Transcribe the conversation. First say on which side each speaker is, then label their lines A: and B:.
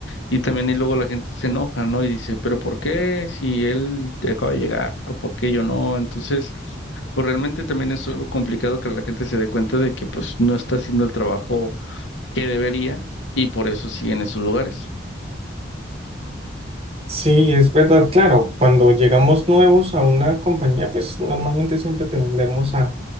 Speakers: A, on the left; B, on the right.
A: Y también y luego la gente se enoja, ¿no? Y dice, pero ¿por qué si él acaba de llegar? ¿Por qué yo no? Entonces... Pues realmente también es algo complicado que la gente se dé cuenta de que pues no está haciendo el trabajo que debería y por eso siguen en sus lugares.
B: Sí, es verdad, claro, cuando llegamos nuevos a una compañía, pues normalmente siempre tendemos a,